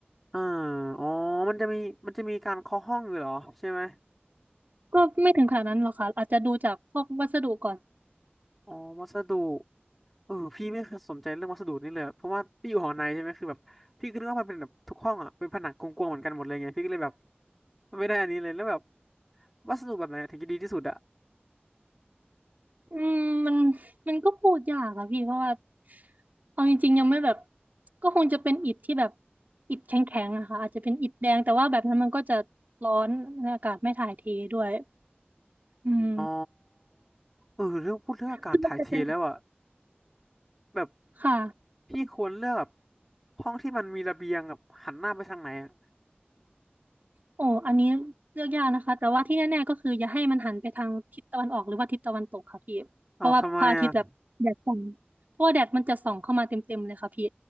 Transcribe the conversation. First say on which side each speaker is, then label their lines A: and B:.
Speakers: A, in the centre; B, on the right.
A: อ่าอ๋อมันจะมีมันจะมีการเคาะห้องอยู่เหรอใช่ไหม
B: ก็ไม่ถึงขนาดนั้นหรอกค่ะอาจจะดูจากพวกวัสดุก่อน
A: อ๋อวัสดุเออพี่ไม่เคยสนใจเรื่องวัสดุนี่เลยอะเพราะว่าพี่อยู่หอในใช่ไหมคือแบบพี่ก็นึกว่ามันเป็นแบบทุกห้องอ่ะเป็นผนังกลวงๆเหมือนกันหมดเลยไงพี่ก็เลยแบบไม่ได้อันนี้เลยแล้วแบบวัสดุแบบไหนถึงจะดีที่สุดอะ
B: อืมมันมันก็พูดยากอะพี่เพราะว่าเอาจริงๆยังไม่แบบก็คงจะเป็นอิฐที่แบบอิฐแข็งๆอะค่ะอาจจะเป็นอิฐแดงแต่ว่าแบบนั้นมันก็จะร้อนและอากาศไม่ถ่ายเทด้วยอืม
A: อ๋อเออเรื่องพูดเรื่องอากาศถ่ายเทแล้วอะ
B: คือมันจะเป็น
A: แบบ
B: ค่ะ
A: พี่ควรเลือกแบบห้องที่มันมีระเบียงแบบหันหน้าไปทางไหนอะ
B: โอ้อันนี้เลือกยากนะคะแต่ว่าที่แน่ๆก็คืออย่าให้มันหันไปทางทิศตะวันออกหรือว่าทิศตะวันตกค่ะพี่เพราะว่าพระอาทิตย์แบบแดดส่อง
A: เอาทำไมอ่ะ
B: เพราะว่าแดดมันจะส่องเข้ามาเต็มๆเลยค่ะพี่